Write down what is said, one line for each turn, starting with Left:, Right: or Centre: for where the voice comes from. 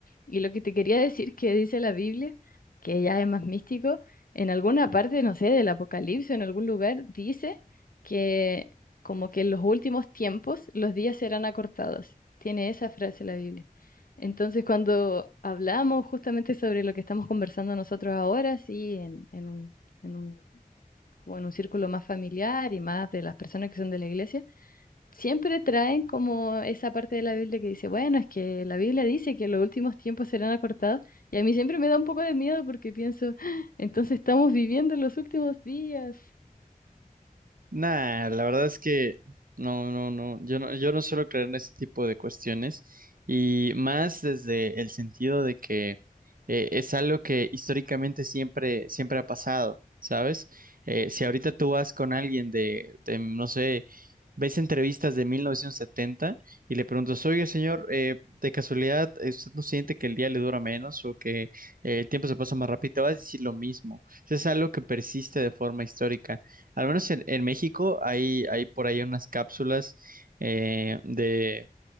Left: Y lo que te quería decir que dice la Biblia, que ya es más místico, en alguna parte, no sé, del Apocalipsis, en algún lugar, dice que como que en los últimos tiempos los días serán acortados. Tiene esa frase la Biblia. Entonces, cuando hablamos justamente sobre lo que estamos conversando nosotros ahora, sí, en, en un, en un, como en un círculo más familiar y más de las personas que son de la iglesia, siempre traen como esa parte de la Biblia que dice, bueno, es que la Biblia dice que los últimos tiempos serán acortados, y a mí siempre me da un poco de miedo porque pienso, "Ah, entonces estamos viviendo los últimos días.
Right: Nah, la verdad es que no, no, no, yo no, yo no suelo creer en ese tipo de cuestiones y más desde el sentido de que eh, es algo que históricamente siempre, siempre ha pasado, ¿sabes? Eh, si ahorita tú vas con alguien de, de, no sé, ves entrevistas de 1970 y le preguntas, oye, señor, eh, de casualidad, eh, ¿usted no siente que el día le dura menos o que eh, el tiempo se pasa más rápido? Te vas a decir lo mismo. Eso es algo que persiste de forma histórica. Al menos en, en México hay, hay por ahí unas cápsulas eh, de,